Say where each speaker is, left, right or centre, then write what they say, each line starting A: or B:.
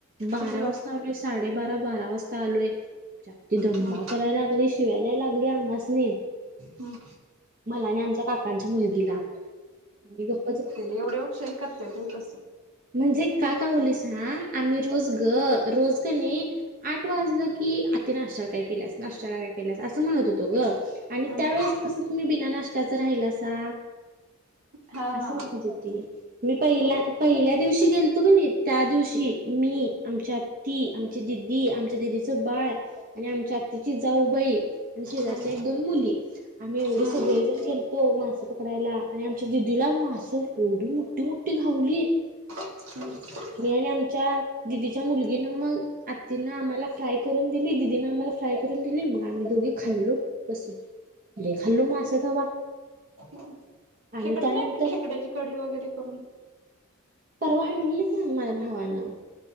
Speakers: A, on the right (about 45°); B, on the right (about 75°).
A: बारा
B: किती वाज
A: वाजता. साडे बारा बारा वाजता आलोय आमची आती दंगा
B: हम्म
A: करायला लागली. शिव्या द्याय लागली आमासनी.
B: हम्म
A: मला आणि आमच्या काकांच्या मुलगीला मी गप्पच
B: एवढ्या उशीर करत्यात होय कसं
A: म्हणजे का कावलोय सांग आम्ही रोज ग रोज कणी आठ वाजलं की आत्ती नाश्त्याला काय केल्यास नाश्त्याला काय केल्यास असं म्हणत होतो ग. आणि
B: हम्म
A: त्यावेेळेस कसं तुम्ही बिना नाश्टाच राहिला सा
B: हा
A: असं
B: हा
A: म्हणत होती मी पहिला
B: हो हम्म
A: पहिल्या दिवशी गेलतो कणी, त्या दिवशी मी आमच्यात. ती आमची दिदी आमच्या दिदीचं बाळ आणि आमच्या आतीची जाऊबाई आणि शेजारच्या
B: हम्म
A: एक दोन मुली आम्ही एवढे
B: हम्म
A: सगळे
B: हम्म
A: जण गेलतो मासे पकडायला, आणि आमच्या दिदीला मासं एवढी मोठं यी मोठी घावली.
B: हम् <unintelligible>
A: मी आणि आमच्या दिदीच्या मुलगीन मग आती न आम्हाला फ्राय करून दिली दिदीनं आम्हाला फ्राय करून दिली मग आम्ही दोघी खाल्लो. बस लय खाल्लो मास तवा
B: हो
A: आणि
B: खेकड
A: त्यानंतर
B: नाही का खेकड्याची कडी वगैरे करून
A: परवा आणलेली की माझ्या भावानं.